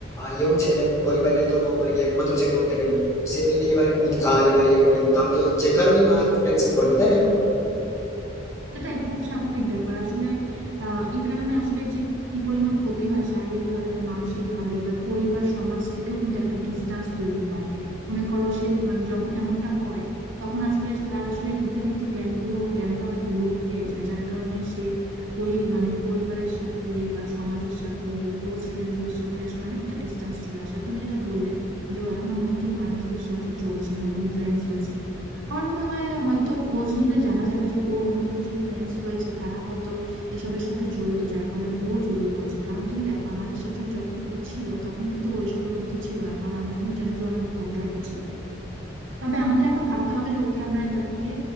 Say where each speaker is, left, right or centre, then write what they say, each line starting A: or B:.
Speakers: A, on the left; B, on the right.
A: ইয়ং ছেলে এবং পরিবারের এত মানে কি একমাত্র ছেলে বলতে গেলে তো সে যদি এবারে মদ খায় এবারে ইয়ে করে তাহলে তো যে কারোরই মা একটু টেনশনে পড়বে তাই না বলো
B: সেটাই খুব স্বাভাবিক ব্যাপার আসলে আহ এই কারণে আসলে যে কি পরিমাণ ক্ষতি হয় শারীরিক ভাবে বা মানসিক ভাবে বা পরিবার সমাজ থেকেও কিন্তু একটা ডিস্টেন্স তৈরি হয় মনে করো সে মানে যখন এমনটা হয় তখন আসলে তার আসলে হিতাহিত জ্ঞানগুলো জ্ঞানটা অনেক লোপ হয়ে যায় যার কারণে সে পরি মানে পরিবারের সাথে বা সমাজের সাথে ক্লোজ ফ্রেন্ডসদের সাথে আসলে অনেকটা ডিস্টেন্স চলে আসে আর তুমি যেটা বললে যে ও এখনো নতুন মানুষদের সাথে চলছে নতুন ফ্রেন্ডস হয়েছে আমার মনে হয় হয়তো খোঁজ নিলে জানা যাবে যে ওর নতুন যে ফ্রেন্ডস হয়েছে তারা হয়তো এসবের সাথে জড়িত যার কারণে ও জড়িয়ে পড়েছে কারণ তুমি দেখো আমাদের সাথে যখন ও ছিল তখন কিন্তু ও এসবের মধ্যে ছিল না কারণ আমরা কিন্তু জানি যে ও অনেক ভদ্র একটা ছেলে তবে আমাদের এখন ভাবতে হবে যে ওকে আমরা এটা দিয়ে